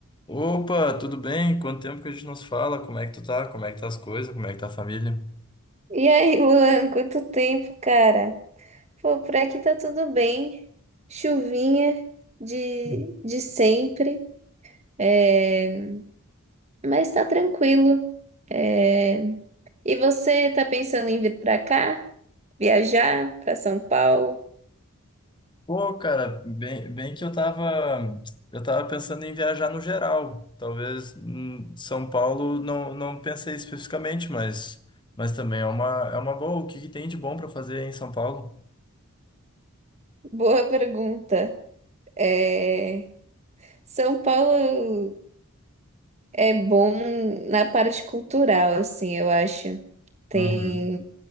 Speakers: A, on the left; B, on the right.
A: Opa, tudo bem? Quanto tempo que a gente não se fala? Como é que tu tá? Como é que tá as coisas? Como é que tá a família?
B: E aí, Luan, quanto tempo, cara? Pô, por aqui tá tudo bem. Chuvinha de,
A: Hum.
B: de sempre, é, mas tá tranquilo. É, E você tá pensando em vir pra cá? Viajar pra São Paulo?
A: Pô, cara, bem, bem que eu tava, eu tava pensando em viajar no geral. Talvez hum, São Paulo não, não pensei especificamente, mas, mas também é uma, é uma boa. O que que tem de bom para fazer em São Paulo?
B: Boa pergunta. É, São Paulo é bom na parte cultural, assim, eu acho. Tem.
A: Uhum.